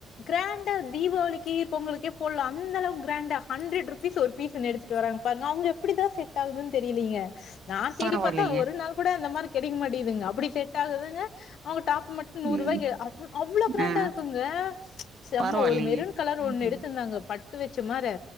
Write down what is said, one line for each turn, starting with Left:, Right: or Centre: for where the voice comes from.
Left: கிராண் டா தீபாவளிக்கி பொங்கலுக்கே போட்லா அந்த அளவுக்கு கிராண்டா ஹண்ட்ரட் ருபீஸ் ஒரு பீஸ்னு எடுத்துட்டு வராங்க பாருங்க அவங்க எப்படிதா செட் ஆகுதுன்னு தெரியலேங்க நா தேடி
Right: பரவாயில்லையே!
Left: பாத்தா ஒரு நாள் கூட அந்த மாரி கிடைக் மாட்டிகிதுங்க அப்டி செட் ஆகுதுங்க அவுங்க டாப் மட்டு நூறு
Right: ம்.
Left: ரூவாய்கு அவ் அவ்ளோ கிராண்டா
Right: ஆ
Left: இருக்குங்க செம்ம
Right: பரவாயில்லையே!
Left: ஒரு மெருன் கலர் ஒண்ணு
Right: ம்ஹ்ம்.
Left: எடுத் துந்தாங்க பட்டு வச்ச மாரு